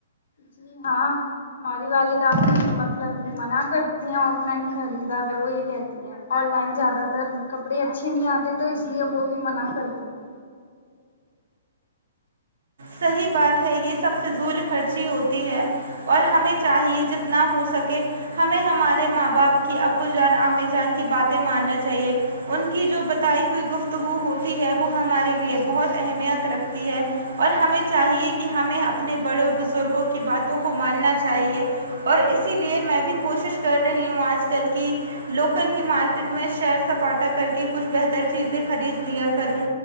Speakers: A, on the left; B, on the right.
A: جی ہاں ہماری والدہ بھی مطلب منع کر تی ہیں آف لائن خریدا کرو یہ کہتی ہیں آن لائن زیادہ تر کپڑے اچھے نہیں آتے تو اس لیے وہ بھی منع کرتی ہوں
B: صحیح بات ہے یہ سب فضول خرچی ہوتی ہے اور ہمیں چاہیے جتنا ہو سکے ہمیں ہمارے ماں باپ کی ابو جان امی جان کی باتیں ماننا چاہیے ان کی جو بتائی ہوئی گفتگو ہوتی ہے وہ ہمارے لیے بہت اہمیت رکھتی ہے اور ہمیں چاہیے کہ ہمیں اپنے بڑوں بزرگوں کی باتوں کو ماننا چاہیے اور اسی لیے میں بھی کوشش کر رہی ہوں آج کل کی لوکل ہی مارکیٹ میں شیئر سپاٹا کر کے کچھ بہتر چیزیں خرید لیا کروں